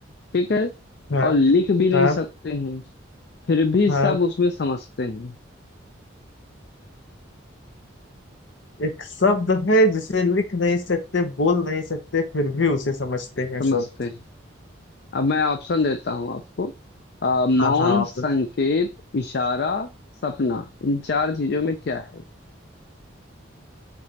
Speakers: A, on the left (about 55°); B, on the left (about 70°).
A: ठीक है
B: हाँ
A: और लिख भी नहीं
B: हाँ
A: सकते हैं फिर भी
B: हाँ
A: सब
B: हाँ।
A: उसमें समझते हैं
B: एक शब्द है जिसे लिख नहीं सकते बोल नहीं सकते फिर भी उसे समझते हैं
A: समझते
B: सब
A: हैं अब मैं ऑप्शन देता हूँ आपको आ, मौन
B: हाँ हाँ
A: संकेत
B: तो
A: इशारा सपना इन चार चीजों में क्या है